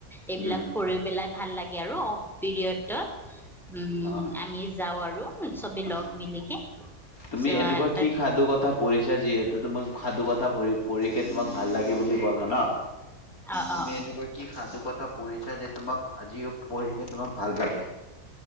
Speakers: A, in the centre; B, on the left.
A: এইবিলাক
B: উম
A: পঢ়ি পেলাই ভাল লাগে। আৰু অফ পিৰিয়ডত উম
B: অ
A: আমি যাওঁ আৰু চবে
B: অ
A: লগ মিলিকে
B: তুমি
A: চ
B: এনেকুৱা
A: তাত
B: কি সাধু কথা পঢ়িছা যিহেতু তোমাক সাধু কথা পঢ়িকে তোমাক ভাল লাগে বুলি ক'লা ন।
A: অ
B: তুমি
A: অ
B: এনেকুৱা কি সাধু কথা পঢ়িছা যে তোমাক আজিও পঢ়িকে তোমাক ভাল লাগে।